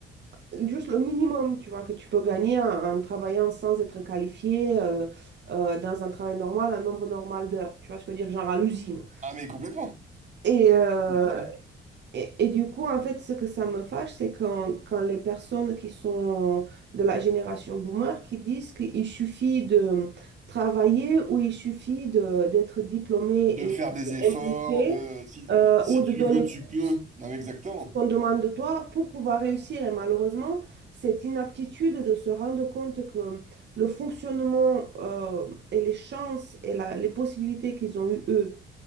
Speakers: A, on the right (about 60°); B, on the right (about 40°).
A: euh, juste le minimum, tu vois, que tu peux gagner en, en travaillant sans être qualifié euh, euh, dans un travail normal, un nombre normal d'heures, tu vois ce que je veux dire, genre à l'usine.
B: Ah mais complètement,
A: Et, euh,
B: complètement.
A: et, et du coup, en fait, ce que ça me fâche, c'est quand, quand les personnes qui sont de la génération boomer qui disent qu'il suffit de travailler ou il suffit de, d'être diplômé
B: De
A: et
B: faire des efforts,
A: impliqué
B: de si,
A: euh,
B: si
A: ou
B: tu
A: de donner
B: veux, tu peux.
A: plus
B: Non mais exactement.
A: ce qu'on demande de toi pour pouvoir réussir. Et malheureusement, cette inaptitude de se rendre compte que le fonctionnement euh, et les chances et la- les possibilités qu'ils ont eues, eux,